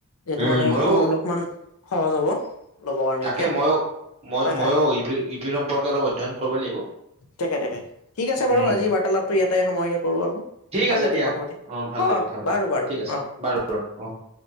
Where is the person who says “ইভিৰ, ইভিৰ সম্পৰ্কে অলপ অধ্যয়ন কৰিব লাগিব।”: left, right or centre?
Right